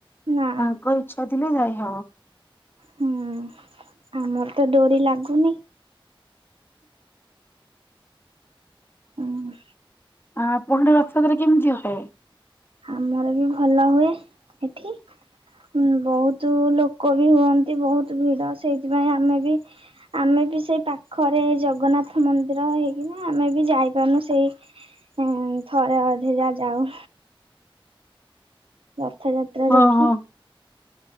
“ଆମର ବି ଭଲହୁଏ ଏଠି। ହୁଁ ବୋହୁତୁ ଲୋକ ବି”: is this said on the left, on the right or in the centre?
Right